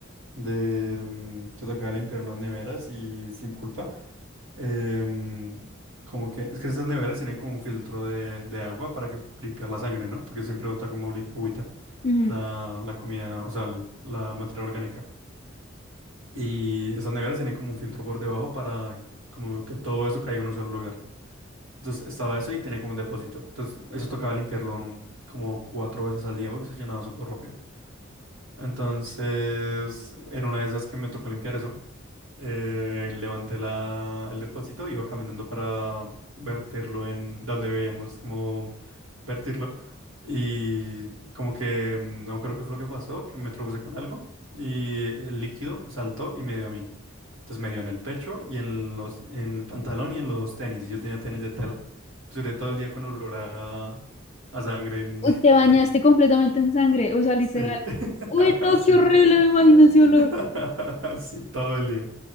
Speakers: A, on the right; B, on the left.
A: de mm, que tocaba limpiar unas neveras y sin culpa. em, como que, es que esas neveras tienen como un filtro de, de agua para que limpiar la sangre, ¿no? Porque siempre bota como li- agüita
B: Ujú.
A: la, la comida, o sea, l- la materia orgánica. Y esas neveras tienen como un filtro por debajo para como que todo eso caiga en un solo lugar. Entonces estaba eso y tenía como un depósito. Entonces eso tocaba limpiarlo en un- como cuatro veces al día porque se llenaba súper rápido. Entonces, en una de esas que me tocó limpiar eso, eh, levanté la, el depósito, iba caminando para verterlo en donde veíamos como vertirlo. Y como que mm, no creo que fue lo que pasó, que me tropecé con algo y el líquido saltó y me dio a mí. Entonces me dio en el pecho y en los, en el pantalón y en los tenis. Y yo tenía tenis de tela. Duré todo el día con olor a, a sangre en-
B: Uy, te
A: <laughs>
B: bañaste
A: por-
B: completamente en sangre, o sea, literal.
A: Sí, <laughs>
B: Uy, no,
A: así.
B: qué horrible, me imagino ese
A: <laughs>
B: olor.
A: Sí, todo el día.